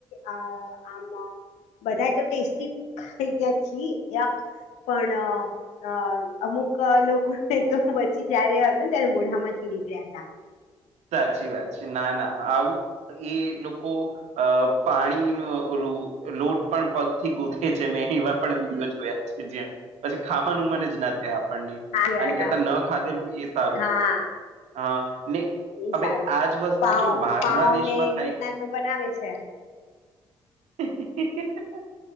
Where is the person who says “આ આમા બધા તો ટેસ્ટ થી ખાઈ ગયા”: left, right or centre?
Left